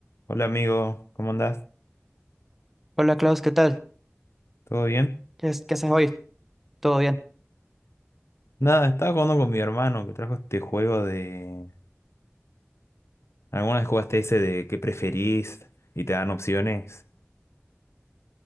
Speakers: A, on the left; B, in the centre.
A: Hola amigo, ¿cómo andás?
B: Hola Klaus, ¿qué tal?
A: ¿Todo bien?
B: ¿Qué, es- qué haces hoy? ¿Todo bien?
A: Nada, estaba jugando con mi hermano que trajo este juego de... Algunas vez jugaste ese de qué preferís y te dan opciones.